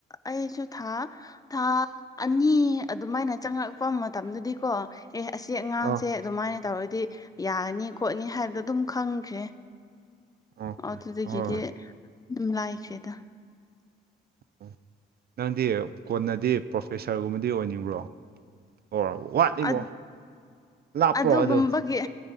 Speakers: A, on the left; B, on the right.
A: ꯑꯩꯁꯨ ꯊꯥ ꯊꯥ ꯑꯅꯤ ꯑꯗꯨꯃꯥꯏꯅ ꯆꯪꯉꯛꯄ ꯃꯇꯝꯗꯗꯤꯀꯣ ꯑꯦ ꯑꯁꯤ ꯑꯉꯥꯡꯁꯦ
B: ꯑꯣ
A: ꯑꯗꯨꯃꯥꯏꯅ ꯇꯧꯔꯗꯤ ꯌꯥꯔꯅꯤ ꯈꯣꯠꯅꯤ ꯍꯥꯏꯕꯗꯣ ꯑꯗꯨꯝ ꯈꯪꯈ꯭ꯔꯦ
B: ꯑꯣꯀꯦ
A: ꯑꯗꯨꯗꯒꯤꯗꯤ
B: ꯍꯣꯏ
A: ꯑꯗꯨꯝ ꯂꯥꯏꯈ꯭ꯔꯦꯗ
B: ꯑꯣ ꯅꯪꯗꯤ ꯀꯣꯟꯅꯗꯤ ꯄ꯭ꯔꯣꯐꯦꯁꯔꯒꯨꯝꯕꯗꯤ ꯑꯣꯏꯅꯤꯡꯕ꯭ꯔꯣ ꯑꯣꯔ ꯋꯥꯠꯂꯤꯕꯣ
A: ꯑ
B: ꯂꯥꯞꯄ꯭ꯔꯣ
A: ꯑꯗꯨꯒꯨꯝꯕꯒꯤ
B: ꯑꯗꯣ